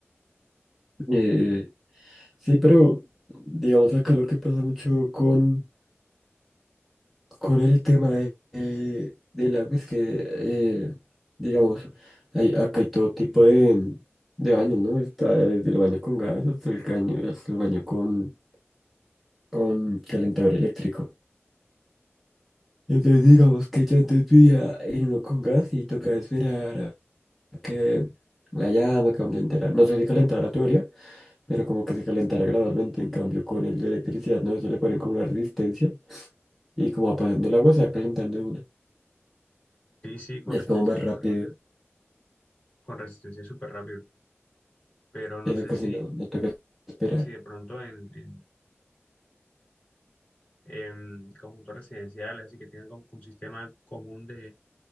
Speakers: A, in the centre; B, on the left (about 30°).
A: Eh, sí, pero digamos acá lo que pasa mucho con. con el tema de, eh, del agua, es que, eh, digamos, hay, acá hay todo tipo de, de baños, ¿no? Está desde el baño con gas hasta el caño, hasta el baño con, con calentador eléctrico. Entonces, digamos que yo antes vivía en uno con gas y tocaba esperar a que la llama calentara. No sé si calentara tu área, pero como que se calentara gradualmente. En cambio, con el de electricidad, ¿no? Eso le ponen como una resistencia y como va pasando el agua, se va calentando de una.
B: Sí, sí, con
A: Es
B: resistencia
A: como más
B: súper
A: rápido.
B: rápido, con resistencia súper rápido, pero no
A: Eso
B: sé
A: casi
B: si,
A: no, no toca esperar.
B: si de pronto en, en, en conjuntos residenciales, así que tengan como un sistema común de